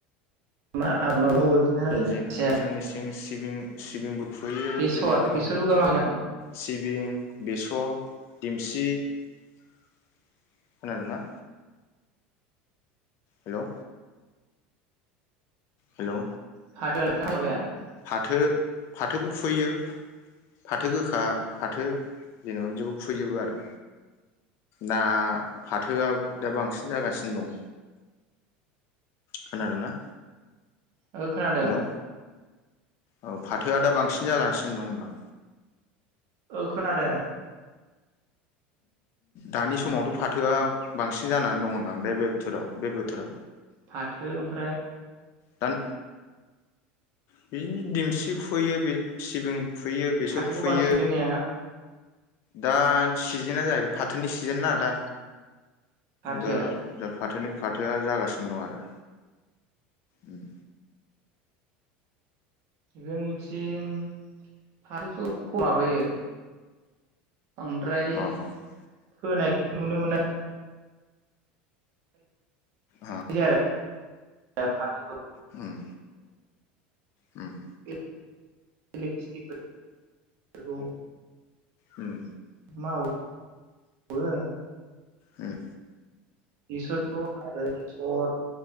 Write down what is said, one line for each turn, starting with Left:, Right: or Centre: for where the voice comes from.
Right: माय आबाद मावो। खोन्थालाय
Left: जेनेबा
Right: एसे
Left: जोंनि सिं सिबिं सिबिंबो खुबैयो
Right: बेसर
Left: जेनेबा
Right: बेसरबो गामायो नामा
Left: सिबिं बेसर। देमसि खोनादोंना? हेलौ हेलौ
Right: फाथो <unintelligible>
Left: फाथो फाथोबो खुबैयो। फाथो गोखा फाथो जेनेबा बिदिखौ खुबैजोबो आरो ना फाथोआ दा बांसिन जागासिनो दं। खोनादोंना?
Right: ओ खोनादों।
Left: हेलौ औ फाथोआ दा बांसिन जागासिनो दं होनदां।
Right: ओ खोनादो।
Left: दानि समावथ' फाथोआ बांसिन जानानै दं होनदां बे-बे थोराव बे बोथोराव।
Right: फाथो ओमफ्राय
Left: दान बिदिनो दिमसि खुयो बे सिबिं खुयो बेसर
Right: फाथोखौ
Left: खुयो।
Right: बांसिन गायदों ने
Left: दा सिजोना जाहैबाय फा थो सिजोनना दा।
Right: फाथो
Left: दा दा फाथोनि फाथोआ जागासिनो दं आरो। उम।
Right: जोंनिथिं फाथोखौ खम माबायो। बांद्राय
Left: आरो अ ह
Right: फोनायखौ नुनो मोना।
Left: अ
Right: बिदि आरो। ओ फाथोखौ
Left: उम। उम।
Right: <unintelligible>
Left: उम।
Right: मावोबो।
Left: उम।
Right: बेसोरथ' आरो बेसर